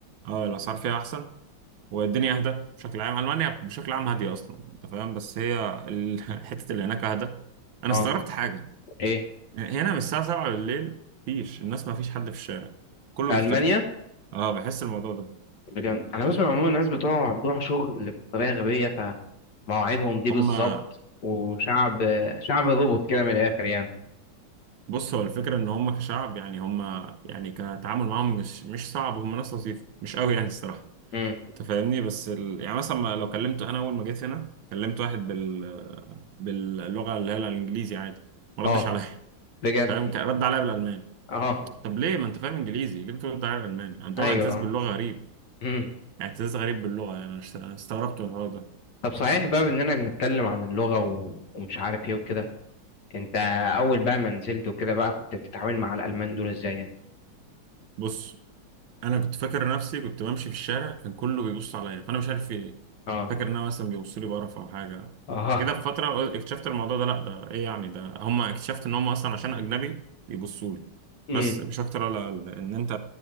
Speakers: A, on the right; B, on the left.
A: اه الاسعار فيها احسن والدنيا اهدى بشكل عام المانيا بشكل عام هاديه اصلا انت فاهم بس هي ال- <laughs> حته اللي هناك اهدى انا استغربت
B: اه
A: حاجه
B: ايه
A: هنا من الساعه 7 بالليل مفيش الناس مفيش حد في الشارع كله
B: في
A: بيختفي
B: المانيا
A: اه بحس الموضوع ده
B: بجد انا بسمع عموما الناس بتوع بتوع شغل بطريقة غبية مواعيدهم دي
A: هما
B: بالظبط وشعب شعب ظبط كده من الاخر يعني
A: بص هو الفكره ان هما كشعب يعني هما يعني كتعامل معاهم مش مش صعب هما ناس لطيفه مش قوي يعني الصراحه
B: امم
A: تفهمني بس ال... يعني مثلا ما- لو كلمت انا اول ما جيت هنا كلمت واحد بال باللغه اللي هي الانجليزي عادي ما ردش
B: اه
A: عليا <laughs>
B: بجد
A: فاهم كان رد عليا بالالماني
B: اه
A: طب ليه ما انت فاهم انجليزي ليه بترد عليا بالالماني عندهم
B: ايوه
A: اعتزاز
B: اه
A: باللغه غريب
B: امم
A: اعتزاز غريب باللغه يعني انا است- استغربت من الحوار ده
B: طب صحيح بقى اننا بنتكلم عن اللغه و... ومش عارف ايه وكده انت اول بقى ما نزلت وكده بقى كنت بتتعامل مع الالمان دول ازاي يعني
A: بص انا كنت فاكر نفسي كنت بمشي في الشارع كان كله بيبص عليا فانا مش عارف في ايه
B: اه
A: فاكر ان انا مثلا بيبصوا لي بقرف او حاجه
B: اه
A: كده في فتره قل- اكتشفت الموضوع ده لا ده ايه يعني ده هم اكتشفت ان هم اصلا عشان اجنبي بيبصوا لي
B: امم
A: بس مش اكتر ولا اقل ان انت